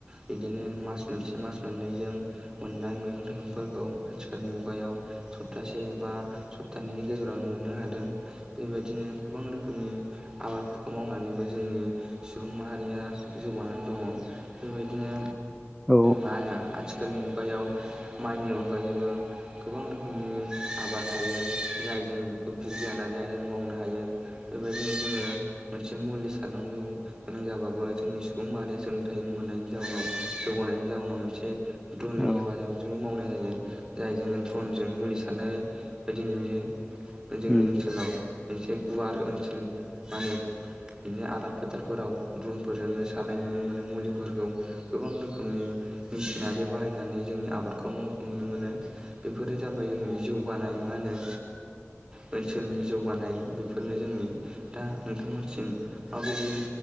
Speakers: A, on the right (about 15°); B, in the centre.
A: बिदिनो मास मोनसे मास मोननैजों मोननाय मैगं थाइगंफोरखौ आथिखालनि मुगायाव सप्तासे एबा सप्तानैनि गेजेरावनो मोननो हादों। बेबायदिनो गोबां रोखोमनि आबादफोरखौ मावनानैबो जोंनि सुबुं माहारिया जौगानानै दङ। बेबायदिनो
B: औ
A: मा होनो आथिखालनि खुगायाव माइनि अनगायैबो गोबां रोखोमनि आबाद थायो जाय जों बेखौ बिगियाना। आयदों मावनो हायो बेबायदिनो जोङो मोनसे मुलि सारनांगौ गोनां जाबाबो जोंनि सुबुं माहारिया सोलोंथाइ मोननायनि जाउनाव जौगानायनि जाउनाव मोनसे। दननि
B: औ
A: हेफाजाबजोंबो मावनाय जायो। जाय जोङो ड्रनजों मुलि सारनाय बायदि नुयो बिजों
B: उम
A: <unintelligible> मोनसे गुवार ओनसोल मा होनो बि आबाद फोथारफोराव द्रनफोरजोंनो सारनाय नुनो मोनो मुलिफोरखौ गोबां रोखोमनि मेसिनारि बाहायनानै जोंनि आबादखौ मावनायखौ नुनो मोनो बेफोरो जाबाय जोंनि जौगानाय मा होनो जोंनि ओनसोलनि जौगानाय बेफोरनो जोंनि दा नोंथांमोनसिम माबायदि